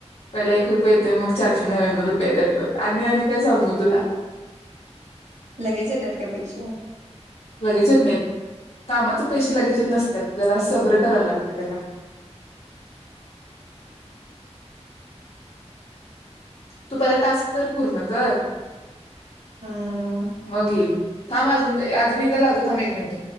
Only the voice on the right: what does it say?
लगेच येतात का पैशै?
हम्म